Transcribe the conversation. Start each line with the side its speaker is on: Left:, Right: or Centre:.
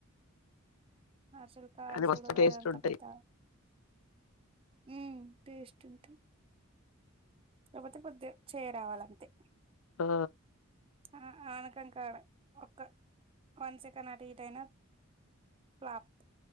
Right: హర్షల్ కాల్చలు
Left: కానీ మస్తు టేస్ట్
Right: అదంతా
Left: ఉంటాయి
Right: పెద్ద హు టెస్ట్ ఉంటాయి కాపోతే కొద్దిగా చేయరావాలంతే
Left: ఆ
Right: ఆ ఆనకం కాడ ఒక వన్ సెకండ్ అటు ఇటు అయినా ఫ్లాప్త్